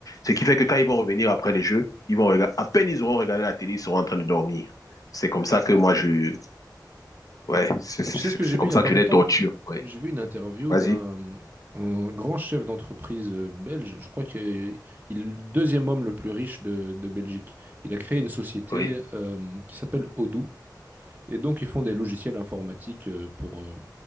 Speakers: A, on the left; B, on the right.
A: ce qui fait que quand ils vont revenir après les jeux, ils vont regarder, à peine ils auront regardé la télé, ils seront en train de dormir. C'est comme ça
B: Ouais,
A: que
B: ouais,
A: moi,
B: ouais.
A: je, ouais, c'est
B: Bah,
A: c'est-
B: Tu sais ce que
A: c'est
B: j'ai vu
A: comme
B: il y
A: ça
B: a pas
A: que je
B: longtemps?
A: les torture. ouais
B: J'ai vu une interview
A: Vas-y.
B: d'un un grand chef d'entreprise euh, belge. Je crois qu'il est, il est le deuxième homme le plus riche de, de Belgique. Il a créé une société
A: Oui.
B: euh, qui s'appelle Odoo. Et donc, ils font des logiciels informatiques euh, pour euh,